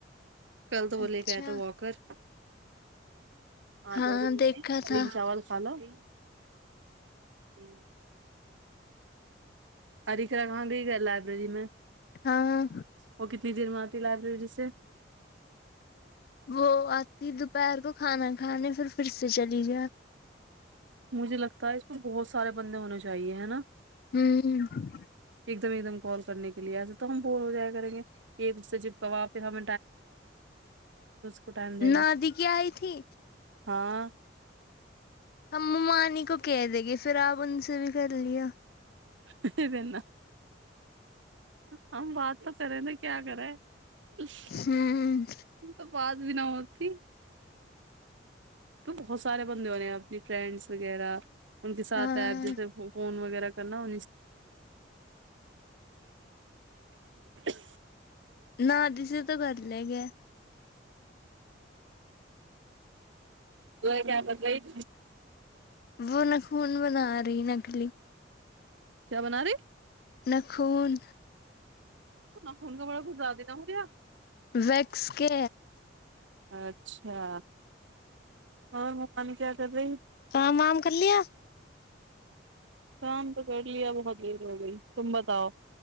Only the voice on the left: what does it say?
اچھا
ہاں دیکھا تھا
ہاں
وہ آتی دوپہر کو کھانا کھانے فیر فیر سے چلی جا
ہمم
نادی
کی آئی تھی
ہم ممانی کو کہہ دیں گے فیر آپ ان سے بھی کر لیا
ہوں
ہاں
نہ دی سے تو کر لے گے
وہ نخون بنا رہی نکلی
ناخون
ویکس کے
کام وام کر لیا